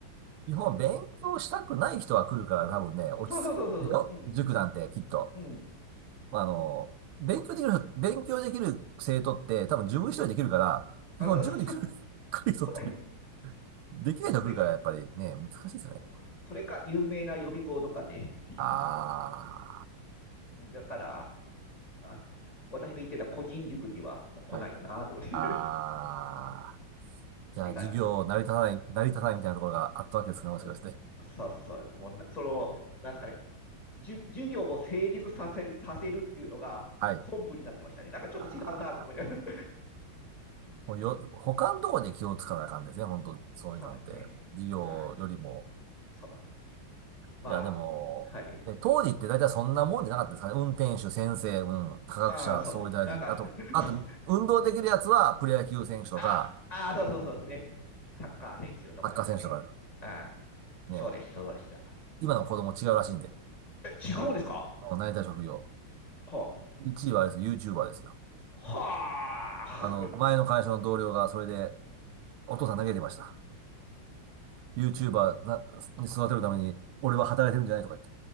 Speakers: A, on the right (about 85°); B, on the left (about 20°).
A: 日本、勉強したくない人が来るから多分ね、
B: <laughs>
A: 落ち着くよ。
B: そうそうそうそうそう、うん、
A: 塾なんてきっと。
B: うん。
A: まあの、勉強できる人、勉強できる生徒って多分自分一人できるから、
B: あ、
A: 基本自分で来る、
B: そうそうそう、
A: <laughs> 来る人って
B: これ、
A: できない人が来るからやっぱりね、
B: それ、
A: 難しいですよね。
B: うんそれか有名な予備校とかに行くんで、
A: あ
B: だから、あの、私が言ってた個人塾にはもう来ないよなと思って
A: ー、はい。あー。
B: <laughs> っ
A: じゃあ授業成り立たない、
B: ていう感じでしたね。
A: 成り立たないみたいなところがあったわけですね、もしかして。
B: そうささ、もうな、その、なんですかね、じゅ授業を成立させさせるっていうのが本部になってましたね。
A: はい。
B: なんかちょっと違うなと思いながら。
A: あーもうよ、他のところで気をつかなあかんですね、本当そういうなんて。
B: <laughs> そうなんですね。
A: 授業よりも。
B: うん。そう。まあ、
A: いや、でも、
B: はい。
A: え、当時って大体そんなもんじゃなかったですかね。運転手、先生、うん、科学者、
B: ああ、そう。
A: 総理大臣。
B: なんか
A: あと、
B: <laughs>
A: あと、
B: そう。
A: 運動できるやつはプロ野球選手とか、
B: あ、ああ、そうそうそうですね。サッカー選手とかですかね。
A: サッカー選手とか、
B: ああ、
A: ね。
B: そうです、そうでした。
A: 今の子供違うらしいんで。
B: え、違うんですか
A: もうなりたい職業。
B: はい。
A: 1位はあれですよ、YouTuber ですよ。
B: はあ。
A: あの、前の会社の同僚がそれで、お父さん投げてました。YouTuber なに育てるために、俺は働いてるんじゃないとか言って。